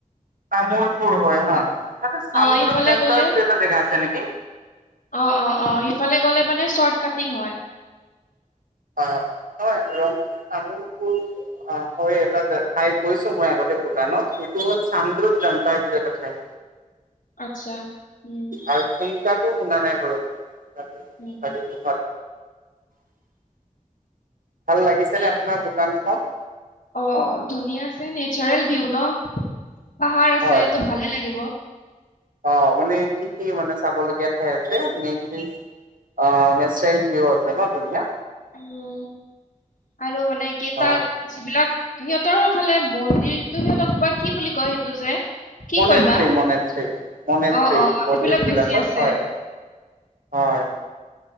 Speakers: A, on the right; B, on the left.
A: তামুলপুৰ হয় হা। তাতে চামদ্ৰূপ
B: অ ইফালে
A: জেংকাৰ
B: গ'লে
A: বুলি এটা জেগা আছে নেকি?
B: অ, অ, অ সিফালে গলে মানে চৰ্ট কাটিং হয়।
A: হয়, হয়। নহয় ৰঙীয়া তামোলপুৰ অ হৈ এটা ঠাই গৈছো মই আগতে ভূটানত সেইটো হ'ল চান্দ্ৰূপ জংকাই বুলি এটা ঠাই।
B: আচ্ছা। উম
A: আৰু সংখ্যা শুনা নাই বাৰু <unintelligible>
B: উম
A: <inaudible> ভাল লাগিছেনে
B: এ
A: আপোনাৰ ভূটানখন?
B: অ ধুনীয়া আছে নেচাৰেল ভিউ ন' পাহাৰ আছে
A: হয়
B: টো ভালেই লাগিব।
A: অ' মানে কি কি মানে চাবলগীয়া ঠাই আছে মেইনলি। অ' নেচাৰেল ভিউ আছে ন' ধুনীয়া।
B: উম আৰু মানে কি
A: হয়
B: তাত যিবিলাক। সিহঁতৰ ফালে মন্দিৰটো সিহঁতক বা বুলি কয় সেইটো যে। কি
A: মনেষ্ট্ৰি
B: কয় বা
A: -মনেষ্ট্ৰি -মনেষ্ট্ৰি
B: অ অ সেইবিলাক
A: বৌদ্ধিষ্ট
B: বেছি
A: বিলাকৰ
B: আছে
A: হয়। হয়।